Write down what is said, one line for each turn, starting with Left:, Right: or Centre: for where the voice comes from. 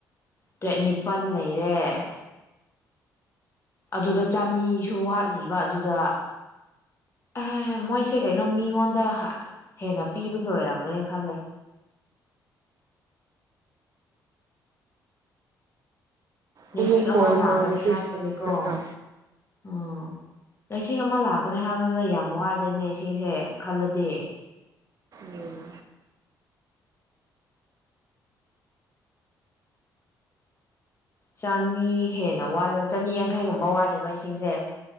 Left: ꯇꯔꯦꯠ ꯅꯤꯄꯜ ꯂꯩꯔꯦ ꯑꯗꯨꯗ ꯆꯅꯤꯁꯨ ꯋꯥꯠꯂꯤꯕ ꯑꯗꯨꯗ ꯑꯍ ꯃꯣꯏꯁꯦ ꯀꯩꯅꯣ ꯃꯤꯉꯣꯟꯗ ꯍꯦꯟꯅ ꯄꯤꯕꯒꯤ ꯑꯣꯏꯔꯝꯒꯅꯤ ꯈꯜꯂꯦ
Right: ꯑꯃꯨꯛ
Left: ꯁꯤꯡ ꯑꯃ
Right: ꯀꯣꯜ
Left: ꯂꯥꯛꯀꯅꯤ
Right: ꯇꯧꯔꯗꯤ
Left: ꯍꯥꯏꯕꯒꯦꯀꯣ
Right: ꯁꯝꯃꯨꯗꯅ
Left: ꯑꯣ ꯏꯁꯤꯡ ꯑꯃ ꯂꯥꯛꯀꯅꯤ ꯍꯥꯏꯕꯗ ꯌꯥꯝ ꯋꯥꯠꯂꯦꯅꯦ ꯏꯁꯤꯡꯁꯦ ꯈꯜꯂꯗꯤ
Right: ꯎꯝ
Left: ꯆꯅꯤ ꯍꯦꯟꯅ ꯋꯥꯠꯂꯦꯕ ꯆꯅꯤ ꯌꯥꯡꯈꯩꯒꯨꯝꯕ ꯋꯥꯠꯂꯦꯕ ꯏꯁꯤꯡꯁꯦ